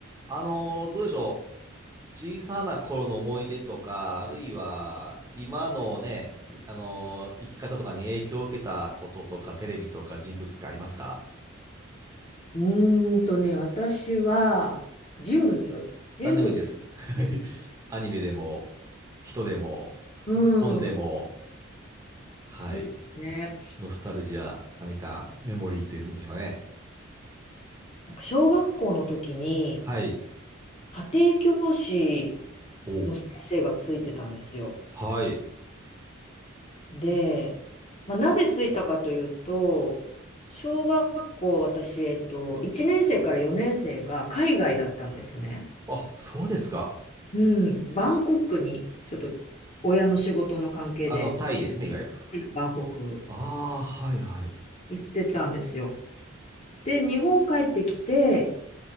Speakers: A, on the right (about 15°); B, on the left (about 30°).
A: あのーどうでしょう。小さな頃の思い出とか、あるいは今のね、じ、あのー生き方とかに影響を受けたこととか、テレビとか人物ってありますか
B: うーんとね、私は人物。人物
A: 何でもいいです。<laughs> はい。
B: ね。
A: アニメでも、人でも、
B: う
A: 本でも、
B: ん。
A: はい。
B: そうですね。
A: ノスタルジア、何かメモリーというんでしょうかね。
B: なんか小学校の時に
A: はい。
B: 家庭教師
A: おう。
B: の先生がついてたんですよ。
A: はい。
B: で、まあ、なぜついたかというと、小学校私、えっと、1年生から4年生が海外だったんですね。
A: あ、そうですか。
B: うん。バンコクにちょっと親の仕事の関係で、
A: あの、タイですね、いわゆる。
B: バンコク
A: ああ、はいはい。
B: 行ってたんですよ。で、日本帰ってきて、